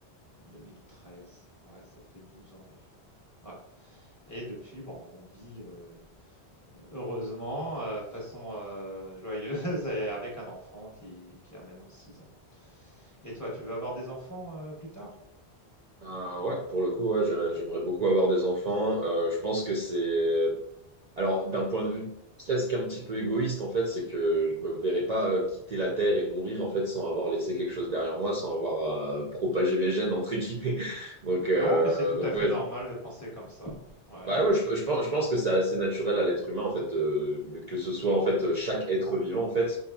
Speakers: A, on the left; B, on the right.
A: 2013, ouais, ça fait 12 ans déjà. Ouais. Et depuis, bon, on vit euh, heureusement, euh, de façon euh, joyeuse, <laughs> et avec un enfant qui, qui a maintenant 6 ans. Et toi, tu veux avoir des enfants euh, plus tard?
B: Euh, ouais, pour le coup, ouais, j'a- j'aimerais beaucoup avoir des enfants. Euh, je pense que c'est Alors, d'un point de vue presque un petit peu égoïste, en fait, c'est que je me verrais pas euh, quitter la Terre et mourir, en fait, sans avoir laissé quelque chose derrière moi, sans avoir euh, propagé mes gènes, entre guillemets. <laughs> Donc, euh,
A: Non, mais c'est tout
B: donc
A: à fait
B: ouais,
A: normal de penser comme ça. Ouais,
B: bah ouais, je, je pense, je pense que c'est assez naturel à l'être humain, en fait, de- que ce soit, en fait, chaque être vivant, en fait,